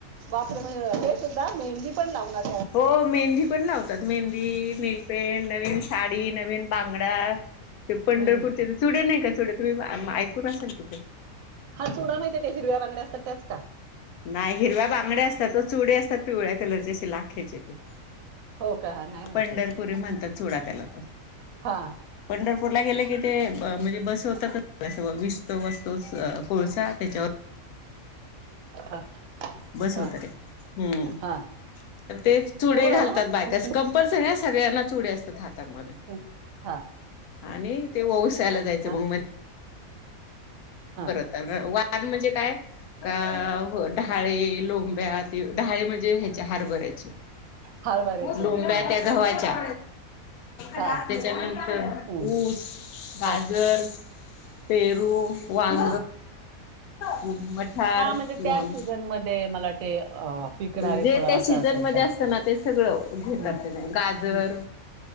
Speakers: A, on the right; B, on the left.
A: बापरे म्हणजे हे सुद्धा मेहंदी पण लावलात.
B: हो मेहंदी. पण लावतात मेहंदी नीलपेंट नवीन साडी नवीन बांगड्या. ते पंढरपूरचे
A: बाई
B: चुडे नाही का चुडे तुम्ही म ऐकून असाल कि ते.
A: हा चुडा माहित आहे त्या हिरव्या बांगड्या असतात त्याच का.
B: नाही हिरव्या बांगड्या असतात व चुडे असतात पिवळ्या कलरचे असे लाखेचेते.
A: हो का हा नाही माहिती
B: पंढरपुरी म्हणतात चुडा त्याला तो.
A: हा
B: पंढरपूरला गेले की ते म्हणजे बसवतातच असं व विस्तव असतो कोळसा त्याच्यावर.
A: हा
B: बस
A: हा
B: होत ते हम्म
A: हा
B: ते चुडे
A: एवढं
B: घालतात बायकास
A: हं, हं,
B: कम. पण सगळ्या सगळ्यांना चुडे असतात हातामध्ये.
A: ऊ हा.
B: आणि ते वोवसायला जायचं
A: हा,
B: बग म.
A: हा
B: वान म्हणजे काय अ ह डहाळे, लोंब्या ते ढाळे म्हणजे ह्याच्या हारभऱ्याचे
A: हरभऱ्याचे
B: लोंब्या
A: हा
B: त्या घवाच्या
A: हा
B: त्याच्यानंतर
A: हं,
B: ऊस, गाजर
A: हा
B: पेरू, वांग
A: हा
B: व म थार
A: हा म्हणजे त्या
B: मॉन
A: सीझन मध्ये मला वाटते अं, पिकणारे
B: जे
A: फळ
B: त्या
A: असं
B: सीजन
A: असेल
B: मध्ये
A: काय
B: असत ना तेच सगळ घेतात
A: हं,
B: त्याच्यामध्ये गाजर
A: हं.